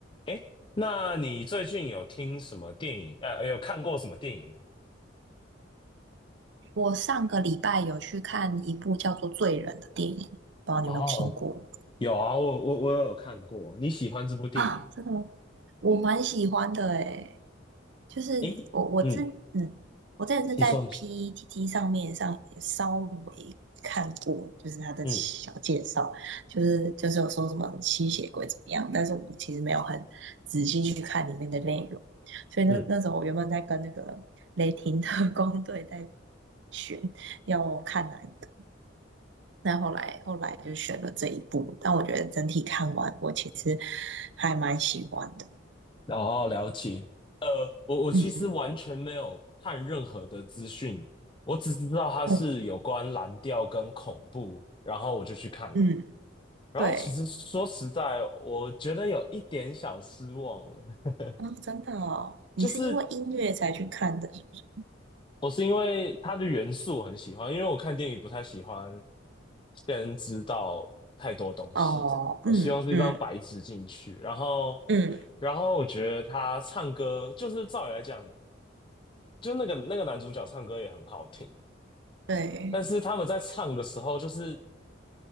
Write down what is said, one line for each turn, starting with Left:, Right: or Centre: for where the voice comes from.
Left: 诶，那你最近有听什么电影？呃，有看过什么电影吗？
Right: 我上个礼拜有去看一部叫做《罪人》的电影，不知道你有没有听过
Left: 哦，有啊，我我我有看过。你喜欢这部电影吗？
Right: 啊？这个我蛮喜欢的诶，就是我我之嗯，
Left: 诶，嗯，
Right: 我之前是在
Left: 你说你说，
Right: PTT 上面上也稍微看过，就是他的小介绍，
Left: 嗯
Right: 就是就是有说什么吸血鬼怎么样，但是我其实没有很仔细去看里面的内容，所以那那时候我原本在跟那个雷霆特工
Left: 嗯，
Right: <laughs> 队在选要我看哪一部。那后来后来就选了这一部，但我觉得整体看完，我其实还蛮喜欢的。
Left: 哦，了解。呃，我我其实完全没有看任何的资讯，
Right: 嗯
Left: 我只知道它是有关蓝调跟恐怖，
Right: 嗯
Left: 然后我就去看了。
Right: 嗯，
Left: 然后其实说实在，
Right: 对，
Left: 我觉得有一点小失望了。<laughs>
Right: 啊、真的哦，你是因为音乐才去看的，
Left: 就是
Right: 是不是？
Left: 我是因为它的元素我很喜欢，因为我看电影不太喜欢先知道太多东西，
Right: 哦，
Left: 这样我希望是一张白纸进去。
Right: 嗯嗯
Left: 然后，
Right: 嗯，
Left: 然后我觉得他唱歌，就是照理来讲，就那个那个男主角唱歌也很好听，
Right: 对，
Left: 但是他们在唱的时候，就是